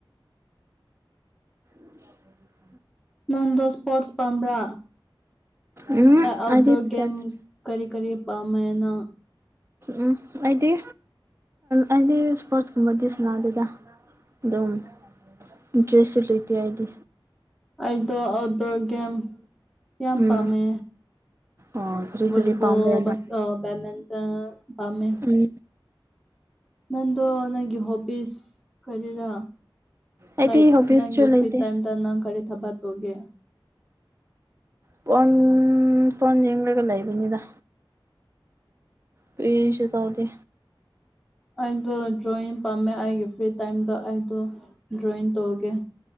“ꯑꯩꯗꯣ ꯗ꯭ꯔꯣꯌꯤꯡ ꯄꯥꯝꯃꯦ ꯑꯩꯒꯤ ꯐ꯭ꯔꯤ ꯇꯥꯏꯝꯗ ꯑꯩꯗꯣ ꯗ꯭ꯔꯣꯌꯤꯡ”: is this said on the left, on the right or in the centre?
Centre